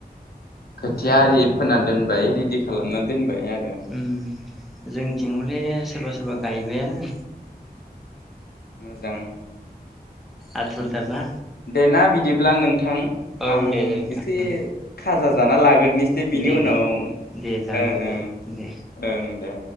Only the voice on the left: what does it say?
खोथिया
आरि फोनानै दोन बाय रेडि खालामना दोनबाय। आरो
उम
जां
उम दे ना बिदिब्ला नोंथां
आं
एसे
खाजा जाना लाग्रोनिसै बिनि
उनाव
ओं
ओं
ओं दे।